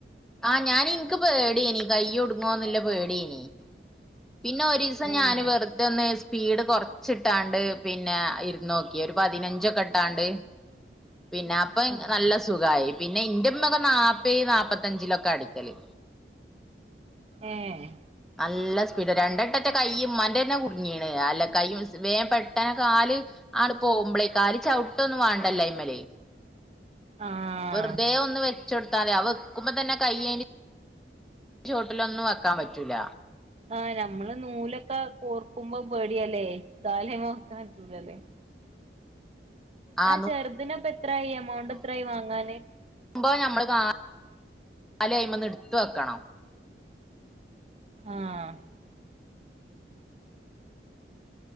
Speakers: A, in the centre; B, on the right.
A: ആഹ് ഞാൻ ഇനിക്ക് പേടിയനി കയ്യൊടുങ്ങുവന്നില്ല പേടിയനി പിന്നെ ഒരു ഒരീസം
B: ഏഹ്
A: ഞാന് വെറു ഇതൊന്ന് സ്പീഡ് കുറച്ച് ഇട്ടാണ്ട് പിന്നെ ഇരുന്ന് നോക്കി ഒരു പതിനഞ്ചൊക്കെ ഇട്ടാണ്ട്
B: അ
A: പിന്നെ അപ്പൊ നല്ല സുഖമായി പിന്നെ ഇന്റെ മ്മൊക്കെ നാല്പ്പ നാല്പ്പത്തഞ്ചിലൊക്കെ അടിക്കല്
B: ഏഹ്
A: നല്ല സ്പീഡ് രണ്ടട്ടന്റെ കയ്യ മന്റെ തന്നെ കുടുങ്ങീണ് അല്ല കൈ വേഗം പെട്ടന കാല് ആണ് പോകുമ്പോളേക്കാല് ചവിട്ടൊന്നും വേണ്ടല്ല അയ്മലെ
B: ആഹ്
A: വെറുതെ ഒന്ന് വെ വച്ചെടുത്താതെ അവ വെക്കുമ്പോ തന്നെ കയ്യ ചോട്ടിലൊന്നും വെക്കാൻ പറ്റൂല
B: ആഹ് നമ്മള് നൂലൊക്കെ കോർക്കുമ്പോ പേടിയല്ലേ കാൽ അയമേ വെക്കാൻ പറ്റൂലല്ലേ
A: ആ
B: ആഹ ചെറുതിന്പ്പത്രായി എമൗണ്ട് എത്രായി വാങ്ങാന്
A: ആവുമ്പ നമ്മള് കാല് അതിൻമേൻ എടുത്ത് വെക്കണം
B: ആഹ